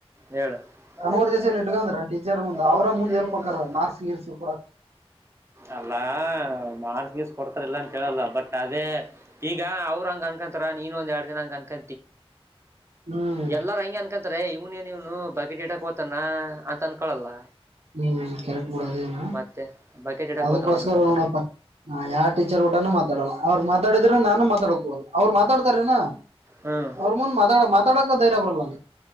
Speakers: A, on the right (about 25°); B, on the right (about 80°).
A: ಹೇಳ
B: ಕನ್ವರ್ಜೇಷನ್
A: ದಿವಸ ಇ
B: ಇಟ್ಕಂದ್ರ ಟೀಚರ್ ಮುಂದ
A: ಅವ್ರ <unintelligible>
B: ಮುಂದ್ ಹೆಲ್ಪ್ ಆಕಾರ ಮಾರ್ಕ್ಸ್ ಗೀರ್ಸ್ ಕೊಡಾಕ್
A: ಅಲ್ಲ ಮಾಡಸ್ ಗೀಸ್ ಕೊಡ್ತಾರಲ್ಲ ಅಂತ ಹೇಳೇಳಲ್ಲ ಬಟ್ ಅದೇ ಈಗ ಅವ್ರ ಹಂಗಗೆ ಅನ್ಕೊಂತರಾರ ನೀನ್ಂದ ಎರಡ್ ದಿನಂಗ ಅನ್ಕೊ
B: ಹ್ಮ್
A: ಎಲ್ಲಾರ ಹಂಗಗೆ ಅನ್ಕೊಂತಾರೆ ಇವ್ನ ಏನ್ ಇವ್ನು ಬಗೆಟ್ ಟಕತಾನ ಅಂತ ಅನ್ಕೊಳ್ಳಲ್ಲ
B: ಹ್ಮ್ ಕರೆಕ್ಟ್ ಬಿಡ ಅದೇನ
A: ಮತ್ತೆ ಬಕೆಟ್ ಇಡಕ್
B: ಅದಕ್ಕೋಸ್ಕರ
A: ಹೋತಾನ ಅನ್ಕ
B: ನೋಡಪ್ಪ ಹಾ ಯಾವ ಟೀಚರ್ ಊಟನುೂ ಮಾತಾಡಲ್ಲ ಅವ್ ಮಾತಾಡಿದ್ರೆ ನಾನು ಮಾತಾಡ ಹೋಗಲ್ಲ ಅವ್ರು ಮಾತಾಡ್ತಾರೇನಾ
A: ಹ್ಮ್
B: ಅವ್ರ ಮುಂದ ಮಾತಾಡ ಮಾತಾಡ ಧೈರ್ಯ ಅವ್ರಲ್ಲ ಅ